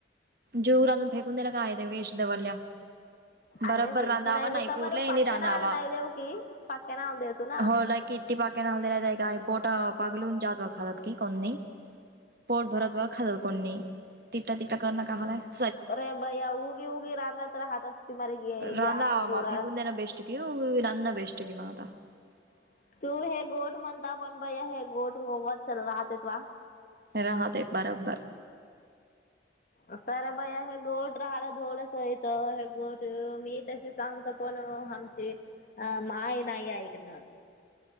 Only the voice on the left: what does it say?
अरे वेस्ट नाही देता बरं पाक्याना हा नाही देऊ की पाक्याना हा देतो ना
<unintelligible>
<unintelligible>
आत र बया हे गोड <unintelligible> <unintelligible> त्यासनी सांगतो पण आमची माय नाही ऐकनार